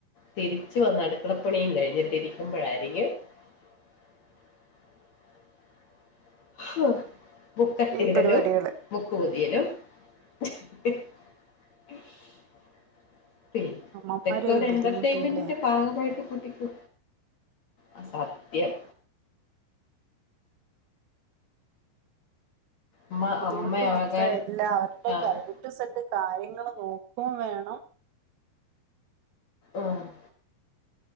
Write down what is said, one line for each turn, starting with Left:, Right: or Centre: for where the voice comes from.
Left: തിരിച്ചു വന്ന് അടുക്കളപ്പണിയും കഴിഞ്ഞെക്കെ ഇരിക്കുമ്പഴായി രിക്കും- <unintelligible> <unintelligible> ഹ്അ ബുക്ക്
Right: ഈ
Left: തേടലും
Right: പരിപാടികള്
Left: ബുക്ക് പൊതി തിയലും <unintelligible> <unintelligible> ഇതൊക്കെ
Right: അമ്മമാര്
Left: ഒരു
Right: ബുദ്ധിമുട്ടല്ലേ
Left: എന്റർടൈംമെന്റിന്റെ ഭാഗമായിട്ട് കുട്ടിക്കോ അ സത്യം. അമ്മ
Right: ബുദ്ധിമുട്ട്
Left: അമ്മയാകാൻ
Right: മൊത്തം എല്ലാം അവരുടെ <unintelligible>
Left: ആഹ്
Right: കാര്യങ്ങള്നോക്കുകയും വേണം.
Left: ഉം <unintelligible>